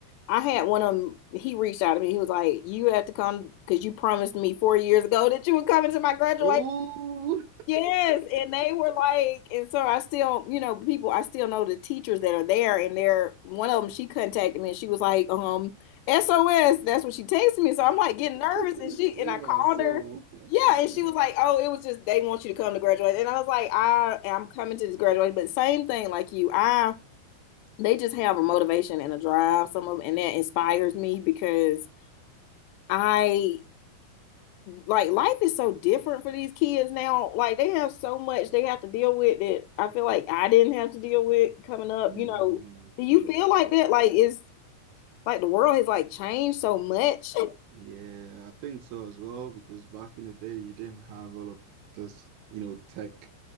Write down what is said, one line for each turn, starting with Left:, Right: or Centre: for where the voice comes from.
Left: I had one of them. He reached out to me. He was like, "You have to come because you promised me four years ago that you would come into my graduation."
Right: Oh,
Left: Yes, and they were like, and so I still, you know, people, I still know the teachers that are there, and they're one of them. She contacted me, and she was like, um, SOS. That's what she texted me. So I'm like getting nervous,
Right: <laughs>
Left: and she
Right: save
Left: and I called
Right: our soul.
Left: her.
Right: <laughs>
Left: Yeah, and she was like, oh, it was just they want you to come to graduate, and I was like, I am coming to this graduate, but same thing like you, I they just have a motivation and a drive, some of, them, and that inspires me because. I like life is so different for these kids now. Like they have so much they have to deal with that I feel like I didn't have to deal with coming up.
Right: Mm,
Left: You know, do
Right: true.
Left: you feel like that? Like it's like the world has like changed so much.
Right: Yeah, I think so as well, because back in the day, you didn't have all of this, you know, tech